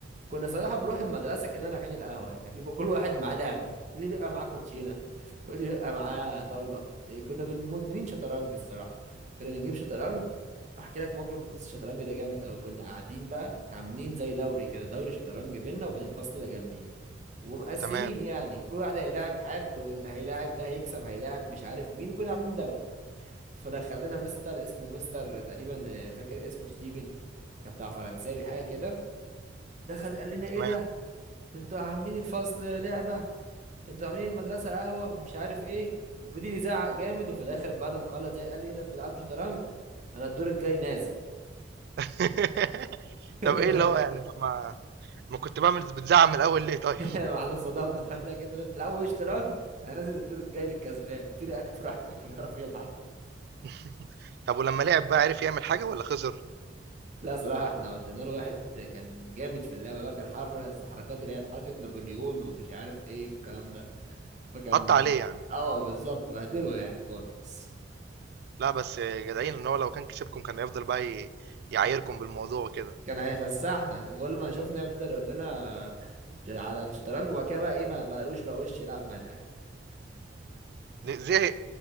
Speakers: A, on the right; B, on the right.
A: كنا صراحة بنروح المدرسة كأننا رايحين القهوة يعني كان بيبقى كل واحد معاه لعبة اللي بيبقى معاه كوتشينة واللي بيبقى معاه طاولة إيه، كنا بن- مدمنين شطرنج الصراحة كنا بنجيب شطرنج هحكي لك موقف بخصوص الشطرنج ده جامد أوي كنا قاعدين بقى عاملين زي دوري كده دوري شطرنج بينا وبين الفصل اللي جنبينا ومقسمين
B: تمام،
A: يعني كل واحد هيلاعب حد واللي هيلاعب ده هيكسب هيلاعب مش عارف مين وكنا عاملين دوري فدخل لنا مستر اسمه مستر تقريبا آه، فاكر اسمه ستيفن كان بتاع فرنساوي حاجه كده دخل قال لنا
B: تمام.
A: ايه ده انتوا عاملين الفصل لعبه انتوا عاملين المدرسه قهوه ومش عارف ايه وفضل يزعق جامد وفي الاخر بعد ما خلص زي قال لي ايه ده بتلعبوا شطرنج انا الدور الجاي نازل
B: <laughs>
A: <laughs>
B: طب إيه اللي هو يعني طب ما ما كنت باعمل بتزعق من الأول ليه طيب؟
A: احنا اتصدمنا فقال لك انتوا بتلعبوا ايه شطرنج انا نازل الدور الجاي للكسبان هاتولي اكتر واحد فيكم بيعرف يلعب
B: <laughs> طب ولمّا لعب بقى عرف يعمل حاجة والّا خسر؟
A: لا صراحة احنا ودينا له واحد كان جامد في اللعبة بقى كان حافظ حركات اللي هي حركة نابليون ومش عارف ايه والكلام ده فكان
B: حَط عليه يعني.
A: اه بالظبط بهدله يعني خالص
B: لا بس جدعين ان هو لو كان كسبكم كان هيفضل بقى ي- يعايركم بالموضوع وكده
A: كان هيفسحنا كل ما شفنا يفضل يقول لنا على الشطرنج وبعد كده بقى ايه ما بقوش بقوش يلعب معانا
B: ليه- زهق